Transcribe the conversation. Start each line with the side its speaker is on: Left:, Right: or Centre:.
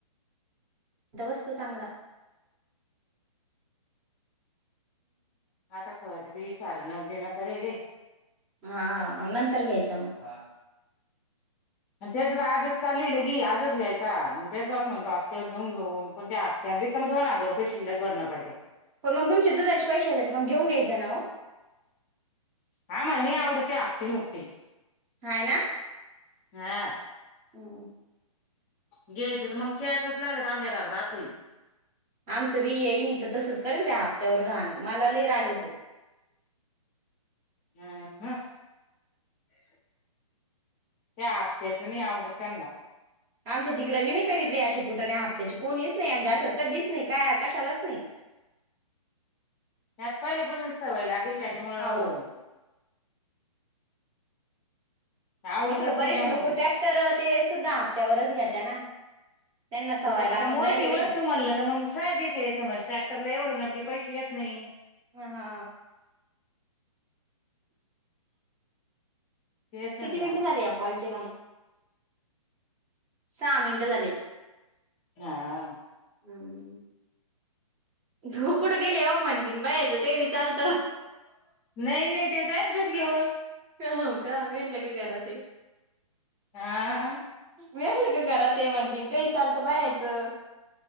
Right: आता वस्तू चांगला
Left: आता खत बी सार नग दि न करेल
Right: हा नंतर घ्यायचं मग
Left: आणि त्याच तर आजच चालूल गी आजच घ्यायचा मद्याच बाप म्हणतो आपत्यावर घेऊन घेऊ पण ते त्या दोन हजार रुये शिल्लक भरण पडते
Right: पण मग तुमचे दूधश पैशदेत मग घेऊन घ्यायचं ना हो
Left: हा मला नाही आवडते आपती नुकती
Right: हयना
Left: हा
Right: हो
Left: घ्यायचं तर मग केॅसच लागत आमच्या घरात असंही
Right: आमचं विी येईन तर तसंच करेल व हप्त्यावर घाण मला ल राग येतो <inaudible>
Left: हम ह ते आपक्याच नाही आवडत त्यांनला
Right: आमच्या तिकडं विी नाही करीत व अे कुठ नाही हप््याची कोणीहीच नाही आणि असं दिस नाही काय आकाशालाच नाही नाही
Left: त्यात पहिले पण सवय लागेल त्याच्यामुळं
Right: हो
Left: आवडतच
Right: इकडं बरेचसे
Left: नाही त्यांना
Right: लोक
Left: ती
Right: ट्रॅक्टर ते सुद्धा हा्त्यावरच घात्या ना त्यांना सवय
Left: आता
Right: लागून
Left: मोठी
Right: जायले
Left: वस्तू
Right: बाई
Left: म्हणलं तर मग सहजिक आहे समज ट्रॅक्टरला एवढे अगदी पैसे येतात नाही
Right: हा
Left: <inaudible> तेचला
Right: किती मिनिटं
Left: म
Right: झाले या कॉलचे सामिड तले
Left: हा
Right: हम्म त कुडं गेले हो म्हणती बायाचं काही विी चालत
Left: नाही नाही तेे जाईल दूध घेऊन,
Right: का कावेन लाग घरा ते <inaudible>
Left: हा
Right: मकल ग घरात ते म्हणतीन काही चालत पा यायचं <inaudible>